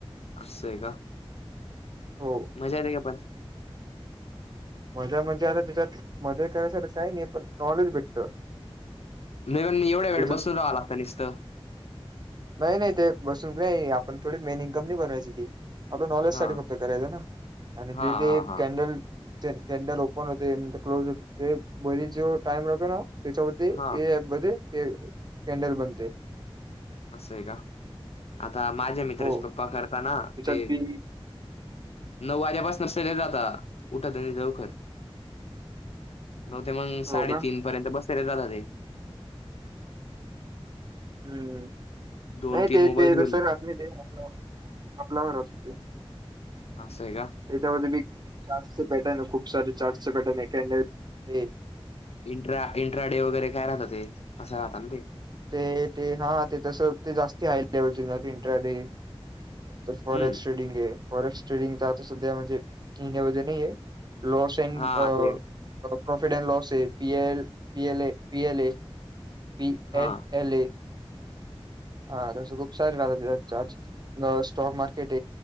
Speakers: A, on the left; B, on the right.
A: अस स आहे का?
B: हो.
A: मजा रे का पण
B: मजा म्हणजे आता त्याच्यात, मजा करायसाठी काही नाही, पण नॉलेज भेटतं.
A: मगन मी एवढ्या वेळ
B: त्याच्यात
A: बसून राहां लागता निसतं.
B: नाही नाही ते बसून नाही, आपण थोडी मेन इनकम बनवायची ती. आपलं नॉलेज
A: हां,
B: साठी नुकत करायचं ना, आणि
A: हां,
B: तिथे
A: हां, हां,
B: कॅन्डल कॅन्डल ओपन होते, नंतर क्लोज होते, ते बरी जो टाइम लागतो ना त्याच्यावरती
A: हां.
B: मग ते केंडल बनते.
A: असं आहे का, आता माझ्या मित्राचे
B: हो.
A: पप्पा करताना,
B: त्याच्यात
A: ते
B: बी
A: नऊ वाऱ्यापास नसले जाता, उठत नाही लवखर. नव ते मग
B: हो
A: साडेतीन
B: का
A: पर्यंत बसलेले जात ते.
B: हम्म,,
A: दोन
B: नाही
A: तीन
B: ते
A: मोबाईल
B: ते
A: घेऊन
B: जसं रात नाही ते, आप आपल्यावर रात हो ते..
A: असय का?
B: याच्यामध्ये मी चार्टस चे पॅटर्न आहे खूप सारे, चार्टस चे पॅटर्न आहे, कॅन्डल हे
A: इंट्रा इंट्रा डे वगैरे काय राहत ते, असं राहत ना ते.
B: ते ते ना ते तसं ते जास्ती हाय लेवल इंटर डे. तर फॉरेक्ट
A: हम्म
B: शेडिंग ए. फॉरेस्ट ट्रेडिंगचा आता सध्या म्हणजे महिन्या मधे नाहीये, लॉस एन
A: हा ते
B: प्रॉफिट अँड लॉस ए, पी एल पी एल ए पी एल ए पी
A: हा
B: एन एल ए.. हा तसं खुप सारे राहते स्टॉक, मारकेट